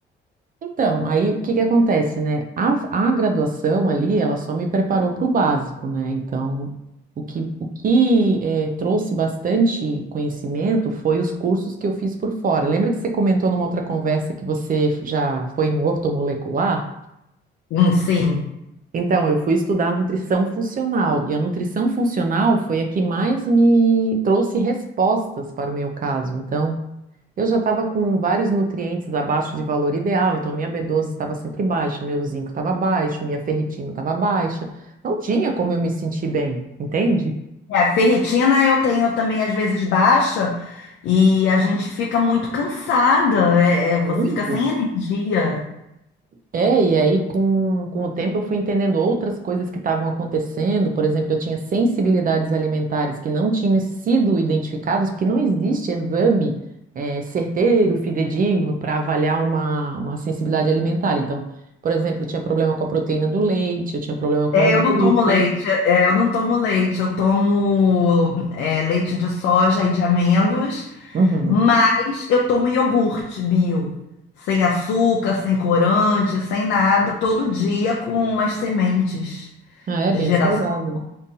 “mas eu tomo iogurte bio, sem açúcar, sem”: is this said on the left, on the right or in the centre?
Left